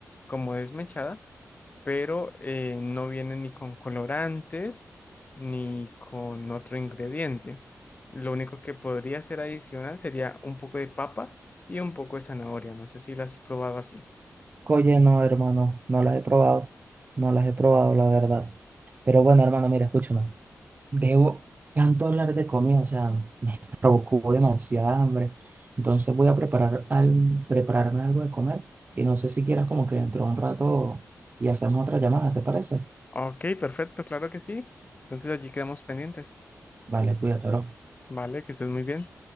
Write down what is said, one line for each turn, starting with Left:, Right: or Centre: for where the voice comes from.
Left: como desmechada pero eh, no viene ni con colorantes ni con otro ingrediente. Lo único que podría ser adicional sería un poco de papa y un poco de zanahoria. No sé si las has probado así.
Right: Oye, no, hermano, no las he probado. No las he probado, la verdad. Pero bueno, hermano, mira, escúchame. Debo tanto hablar de comida, o sea, me provocó demasiada hambre. Entonces voy a preparar al, prepararme algo de comer y no sé si quieras como que dentro de un rato y hacemos otra llamada, ¿te parece?
Left: Ok, perfecto, claro que sí. Entonces allí quedamos pendientes.
Right: Vale, cuídate, bro.
Left: Vale, que estés muy bien.